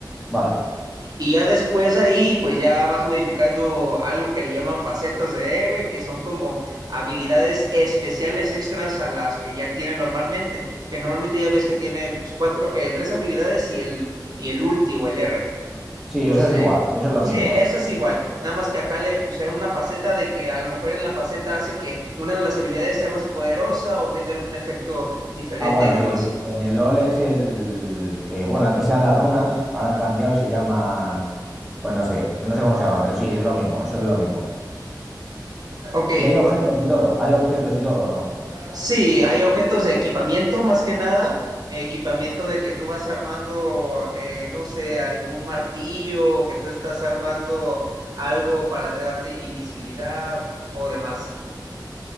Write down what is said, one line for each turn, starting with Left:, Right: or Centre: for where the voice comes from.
Centre: Vale.
Right: Y ya después ahí, pues ya vas modificando algo que le llaman facetas de héroe, que son como habilidades especiales extras a las que ya tiene normalmente, que normalmente ya ves que tiene pues cuatro, eh, tres habilidades y el, y el ulti o el R.
Centre: Sí,
Right: No
Centre: eso
Right: sé.
Centre: es igual, eso es lo
Right: Sí,
Centre: mismo.
Right: eso es igual. Nada más que acá le pusieron una faceta de que a lo mejor en la faceta hace que una de las habilidades sea más poderosa o tenga algún efecto diferente
Centre: Ah, bueno,
Right: y demás.
Centre: sí, en el LOL es el... eh, bueno, antes eran las runas, ahora han cambiado y se llaman... Pues no sé, no sé cómo se llaman, pero sí, es lo mismo, eso es lo mismo.
Right: Ok,
Centre: Y hay objetos y todo, hay objetos y todo, ¿o ¿no?
Right: Sí, hay objetos de equipamiento más que nada, equipamiento de que tú vas armando, eh, no sé, algún martillo, que tú estás armando algo para darte invisibilidad o demás.